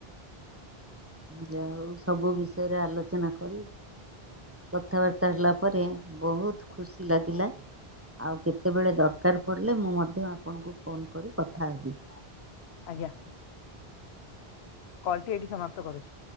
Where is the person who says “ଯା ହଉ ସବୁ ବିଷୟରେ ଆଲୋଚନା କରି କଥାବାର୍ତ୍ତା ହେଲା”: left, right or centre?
Right